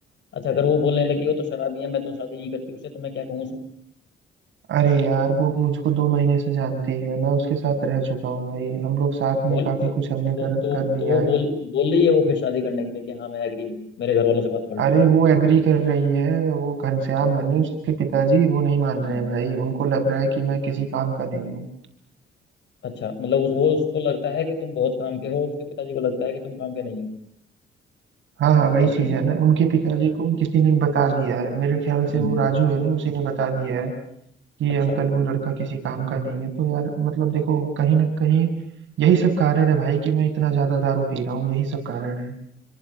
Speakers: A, on the left; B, on the right.
A: अच्छा अगर वो बोलने लगी हो तो शराबी है मैं तो शादी नहीं करती उससे तो मैं क्या कहूँ उसे
B: अरे यार वो मुझको दो महीने से जानती है मैं उसके साथ रह चुका हूँ भाई हम लोग साथ
A: बोल
B: में काफी
A: तो
B: कुछ हमने
A: वो
B: कर
A: तो
B: कर लिया
A: तो वो
B: है
A: बोल बोल रही है वो फिर शादी करने के लिए कि हाँ मैं एग्री हूँ मेरे घर वालों से बात कर लो
B: अरे वो एग्री कर रही है वो घनश्याम है ना उसके पिताजी वो नहीं मान
A: हम्म
B: रहे हैं भाई उनको लग रहा है कि मैं किसी काम का नहीं हूँ
A: अच्छा मतलब उस, वो उसको लगता है कि तुम बहुत काम के हो उसके पिताजी को लगता है कि तुम काम के नहीं हो
B: हाँ हाँ वही
A: ऐसे
B: चीज
A: ही ना?
B: है ना उनके पिताजी को किसी ने बता दिया है मेरे ख्याल
A: हम्म
B: से वो राजू है ना उसी ने बता दिया है कि
A: अच्छा
B: अंकल वो लड़का किसी काम का नहीं है तो यार मतलब देखो कहीं ना कहीं यही सब कारण है भाई कि मैं इतना ज्यादा दारू पी रहा हूँ यही सब कारण है